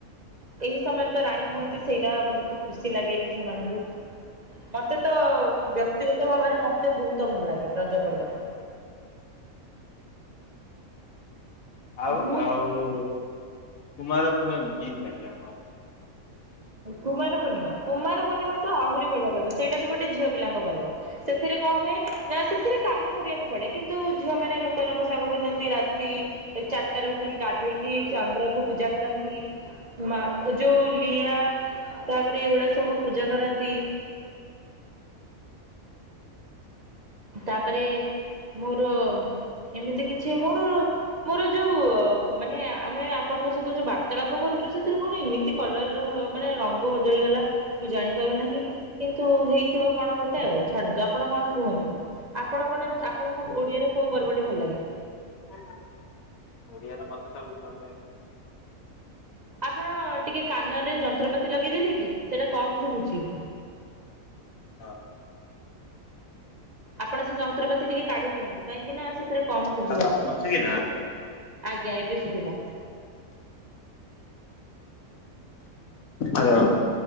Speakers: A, on the right; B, on the left.
A: ଏହି ସମୟରେ ତ ରାଣୀ ହୁଅନ୍ତି ସେଇଟା ବହୁତ ଖୁସି ଲାଗେ ଝିଅ ମାନଙ୍କୁ, ମତ ମତେ ତ ବ୍ୟକ୍ତିଗତ ଭାବରେ ମ ମତେ ବହୁତ ଭଲ ଲାଗେ ରଜ ପର୍ବକୁ।
B: ଆଉ
A: ମୁଁ
B: ଆଉ କୁମାର ପୂର୍ଣ୍ଣମୀ କେମତି ଲାଗେ ଆପଣଙ୍କୁ?
A: କୁମାର ପୂର୍ଣ୍ଣିମା କୁମାର ପୂର୍ଣ୍ଣିମା ତ ଆହୁରି ବଢିଆ ପର୍ବ ସେଇଟା ବି ଗୋଟେ ଝିଅ ପିଲାଙ୍କ ପର୍ବ। ସେଥିରେ କଣ ହୁଏ ନା ସେଥିରେ କାମ କରିବାକୁ ପଡେ କିନ୍ତୁ ଝିଅ ମାନେ ନୂତନ ପୋଷାକ ପିନ୍ଧନ୍ତି ରାତି କି ଚନ୍ଦ୍ରକୁୁ ପୂଜା କରନ୍ତି ମା ଯୋଉ ଲିଆ ତାପରେ ଏଇଗୁଡା ସବୁ ପୂଜା କରାନ୍ତି। ତାପରେ ମୋର ଏମିତି କିଛି ମୋର ମୋର ଯୋଉ ମାନେ ଆମେ ଆପଣଙ୍କ ସହିତ ଯୋଉ ବାର୍ତାଳାପ କରୁଛୁ କିନ୍ତୁ ସେଥିରେ କଣ ଏମିତି କଲର୍ ର ହ ମନେ ରଙ୍ଗ ବଦଳି ଗଲା ମୁ ଜାଣିପାରୁ ନାହିଁ କିନ୍ତୁ ହେଇଥିବ କଣ ଗୋଟେ ଆଉ ଛାଡନ୍ତୁ। ଆପଣ କଣ କୁହନ୍ତୁ? ଆପଣ କଣ ଆପଣଙ୍କୁ ଓଡିଆରେ କୋଉ ପର୍ବଟି ଭଲ ଲାଗେ?
B: ଓ ହଁ, ଓଡ଼ିଆର ମତେ ସବୁଠୁ ଭଲ ଲାଗେ
A: ଆପଣ ଟିକେ କାନରେ ଯନ୍ତ୍ରପାତି ଲଗେଇଦେଲେ କି ସେଟା କମ ଶୁଭୁଛି?
B: ହଁ।
A: ଆପଣ ସେ ଯନ୍ତ୍ରପାତି ଟିକେ କାଢି ଦିଅନ୍ତୁ କାହିଁକି ନା ସେ ରେ କମ ଶୁଭୁ
B: ହ୍ୟାଲୋ
A: ଅଛି
B: ଶୁଭିଲା?
A: ଆଜ୍ଞା ଏବେ ଶୁଭିଲା।
B: ଆରୋ।